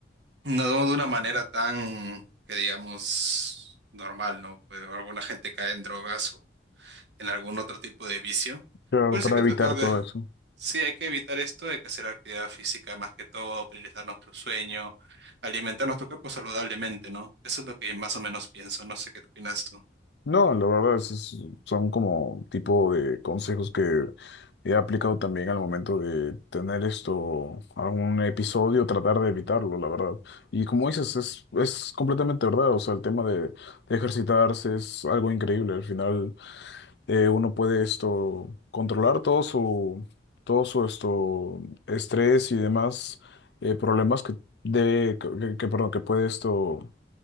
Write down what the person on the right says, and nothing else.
no de una manera tan, que digamos, normal, ¿no? Pues alguna gente cae en drogas o en algún otro tipo de vicio.
Por
eso hay que
tratar
de...
Sí, hay que evitar esto, hay que hacer actividad física más que todo, priorizar nuestro sueño, alimentar nuestro cuerpo saludablemente, ¿no? Eso es lo que más o menos pienso, no sé qué opinas tú.